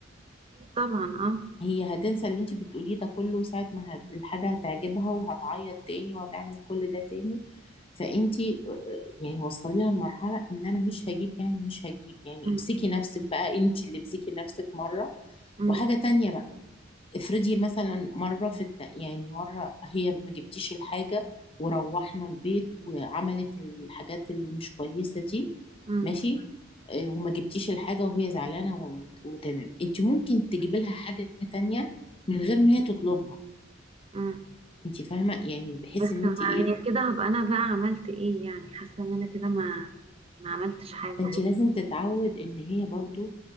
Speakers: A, on the right (about 30°); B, on the left (about 30°).
A: اكيد طبعا اه
B: هي هتنسى اللي انت بتقوليه ده كله ساعة ما هت... الحاجة هتعجبها وهتعيط تاني وهتعمل كل ده تاني فانت يعني وصليها لمرحلة ان انا مش هجيب يعني مش هجيب يعني
A: مم.
B: امسكي نفسك بقى انت اللي امسكي نفسك مرة
A: مم.
B: وحاجة تانية بقى افرضي مثلا مرة في الت... يعني مرة هي ما جبتيش الحاجة وروحنا البيت وعملت الحاجات اللي مش كويسة دي
A: مم.
B: ماشي آه، وما جبتيش الحاجة وهي زعلانة و- وتمام انت ممكن تجيب لها حاجة تانية من غير ما هي تطلبها
A: مم.
B: انت فاهمة يعني بحيث
A: بس
B: ان
A: ما
B: انت ايه
A: يعني كده هبقى انا بقى عملت ايه يعني حاسه ان انا كده ما ما عملتش حاجه
B: انت لازم تتعود ان هي برضو